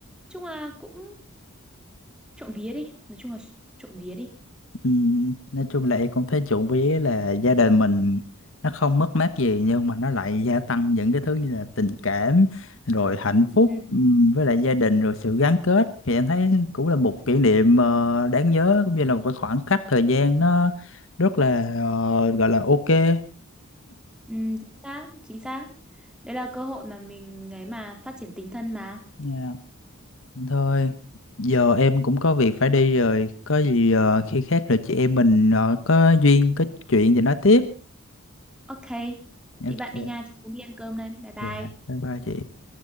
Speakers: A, in the centre; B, on the left.
A: chung là cũng trộm vía đi nói chung là trộm vía đi
B: Ừ. nói chung là em cũng thấy trộm vía là gia đình mình nó không mất mát gì nhưng mà nó lại gia tăng những cái thứ như là tình cảm rồi hạnh phúc
A: Ừ,
B: ừ, với lại gia đình rồi sự gắn kết thì em thấy cũng là một kỷ niệm ờ, đáng nhớ cũng như là một cái khoảng khắc thời gian nó rất là ờ, gọi là ok
A: ừ, chính xác, chính xác. Đấy là cơ hội mà mình ấy mà phát triển tính thân mà.
B: Yeah. Thôi, giờ em cũng có việc phải đi rồi. Có gì ờ, khi khác rồi chị em mình ờ, có duyên, có chuyện thì nói tiếp.
A: Ok,
B: Ok,
A: đi bạn đi nha, chị cũng đi ăn cơm đây. Bye bye.
B: dạ, bye bye chị.